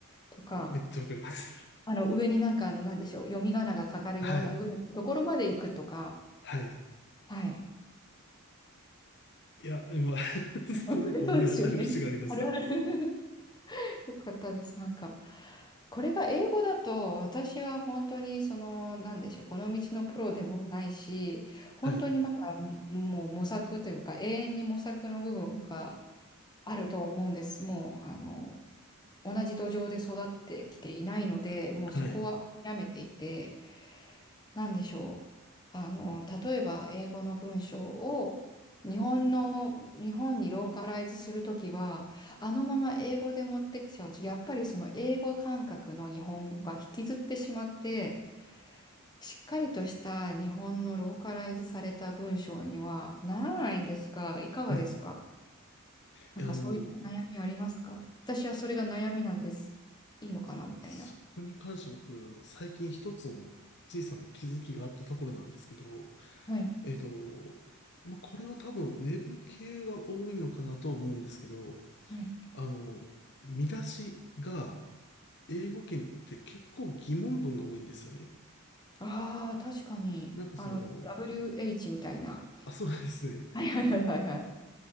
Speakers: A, on the left; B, on the left.
A: とか、
B: めっちゃわかります。
A: あの上になんかあの、なんでしょう、読み仮名がかかるようなぐらいのところまで行くとか、
B: はい。はい。
A: はい。
B: いや、今 <laughs>
A: <laughs>
B: すごく思い当たる節がありました。
A: そうですよね。あるあるよかったです。なんか、これが英語だと、私は本当に、その、なんでしょう、この道のプロでもないし、本当にまだももう模索というか、
B: はい。
A: 永遠に模索の部分があると思うんです。もう、あの、同じ土壌で育ってきていないので、もうそこは諦めていて、
B: はい。
A: なんでしょう。あの、例えば英語の文章を日本の、日本にローカライズするときは、あのまま英語で持ってきちゃうと、やっぱりその英語感覚の日本語が引きずってしまって、しっかりとした日本のローカライズされた文章にはならないんですが、いかがですか
B: はい。い
A: なんかそういった悩みありますか私はそれが悩みなんです。
B: やあの、
A: いいのかなみたいな。
B: そこに関して僕、最近一つの小さな気づきがあったところなんですけど、
A: はい。
B: えっと、まあ、これは多分、ウェブ系が多いのかなとは思うんですけど、
A: はい。
B: あの、見出しが、英語圏って結構疑問文が多いんですよね。
A: ああ、確かに。
B: なんかその、
A: あの、WH みたいな。
B: あ、そうですね。
A: はいはいはいはいはい。